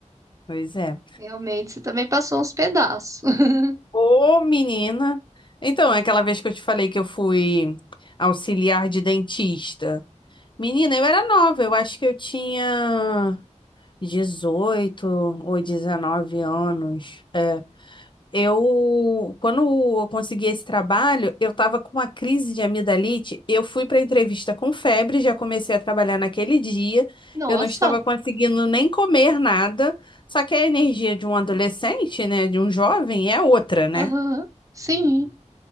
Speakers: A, on the left (about 40°); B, on the right (about 25°).
A: Pois é.
B: Realmente, você também passou uns pedaços. <laughs>
A: Ô, menina. Então, é aquela vez que eu te falei que eu fui auxiliar de dentista. Menina, eu era nova, eu acho que eu tinha 18 ou 19 anos. é. Eu, quando eu consegui esse trabalho, eu estava com uma crise de amidalite. Eu fui para a entrevista com febre, já comecei a trabalhar naquele dia.
B: Nossa,
A: Eu não estava conseguindo nem comer nada. Só que a energia de um adolescente, né, de um jovem, é outra, né?
B: aham, sim.